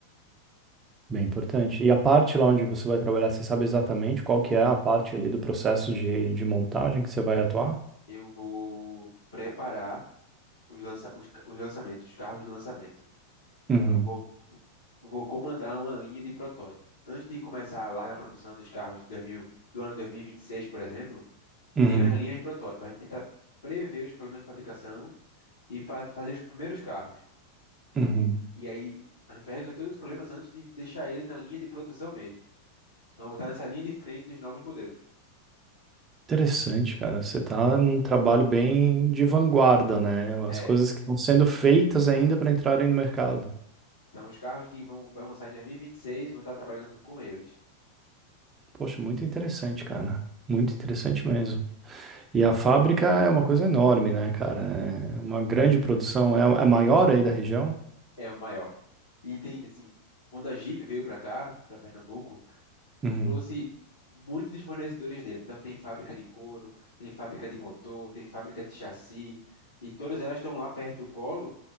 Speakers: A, on the right (about 20°); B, on the left (about 65°).
A: Bem importante. E a parte lá onde você vai trabalhar, você sabe exatamente qual que é a parte ali do processo de, de montagem que você vai atuar?
B: Eu vou preparar os, lança, os, ca- os lançamentos, os carros de lançamento.
A: Uhum,
B: Então, eu vou, vou comandar uma linha de protótipo. Antes de começar a larga produção dos carros de 2000, do ano 2026, por exemplo,
A: uhum,
B: Tem as linhas de protótipo. A gente tenta prever os problemas de fabricação e fa- fazer os primeiros carros.
A: uhum.
B: E aí a gente vai resolver todos os problemas antes de deixar ele na linha de produção mesmo. Então eu vou estar nessa linha de frente dos novos modelos.
A: Interessante, cara. Você tá num trabalho bem de vanguarda, né?
B: É.
A: As coisas que estão sendo feitas ainda para entrarem no mercado.
B: Então os carros que vão, vão lançar em 2026, vou estar trabalhando com eles.
A: Poxa, muito interessante, cara. Muito interessante mesmo. E a fábrica é uma coisa enorme, né, cara? É uma grande produção. É a é a maior aí da região?
B: É o maior. E tem assim, quando a Jeep veio para cá, para Pernambuco,
A: Uhum.
B: trouxe muitos dos fornecedores dele. Então tem fábrica de couro, tem fábrica de motor, tem fábrica de chassi. E todas elas estão lá perto do polo